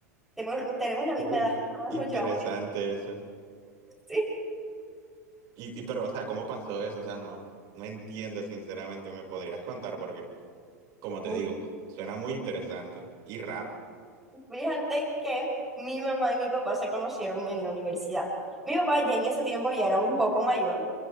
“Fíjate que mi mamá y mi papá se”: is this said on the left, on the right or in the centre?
Centre